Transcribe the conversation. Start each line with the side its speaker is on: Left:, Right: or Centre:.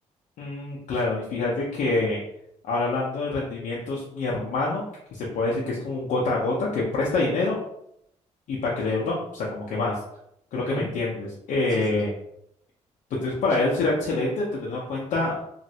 Left: Mm, claro. Y fíjate que ahora hablando de rendimientos, mi hermano, que se puede decir que es como un gota a gota, que presta dinero y para que le devuelvan, o sea, como que más. Creo
Right: Ujú.
Left: que me entiendes. Eh,
Right: Sí, sí, sí.
Left: pues entonces para él será excelente tener una cuenta